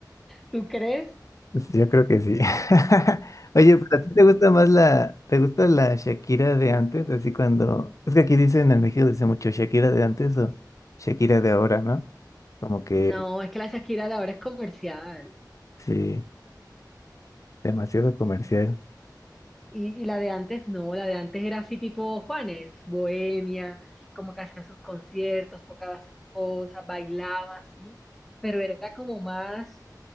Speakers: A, in the centre; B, on the left.
A: ¿Tú crees?
B: Pues, Yo creo que sí. <laughs> Oye, ¿pero a ti te gusta más la, te gusta la Shakira de antes? Así cuando, es que aquí dicen en México dice mucho Shakira de antes o Shakira de ahora, ¿no? Como que
A: No, es que la Shakira de ahora es comercial.
B: sí, demasiado comercial.
A: Y, y la de antes no, la de antes era así tipo Juanes, bohemia, como que hacía sus conciertos, tocaba sus cosas, bailaba así, pero era como más